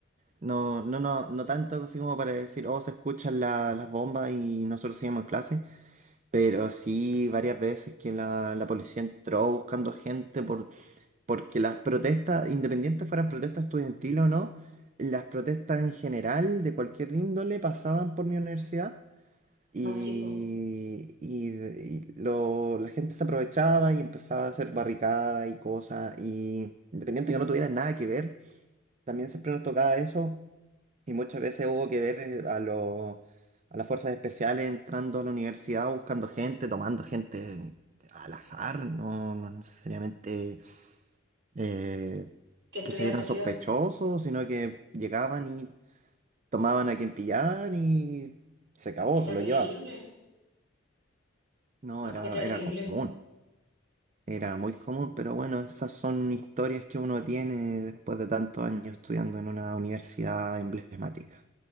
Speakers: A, on the right; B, on the right.
A: No, no, no, no tanto así como para decir, oh, se escuchan la- las bombas y nosotros seguimos en clase, pero sí varias veces que la, la policía entró buscando gente por, porque las protestas, independientes fueran protestas estudiantiles o no, las protestas en general de cualquier índole pasaban por mi universidad y,
B: así
A: y- y lo- la gente se aprovechaba y empezaba a hacer barricadas y cosas, y independiente que no tuvieran nada que ver, también siempre nos tocaba eso y muchas veces hubo que ver eh, a los, a las fuerzas especiales entrando a la universidad, buscando gente, tomando gente al azar, no, no necesariamente eh,
B: que estuvieran
A: que se vieran
B: metidos.
A: sospechosos, sino que llegaban y tomaban a quien pillaban y se acabó,
B: Qué terrible.
A: se lo llevaban. No,
B: No,
A: era,
B: qué terrible.
A: era común, era muy común, pero bueno, esas son historias que uno tiene después de tantos años estudiando en una universidad emblemática.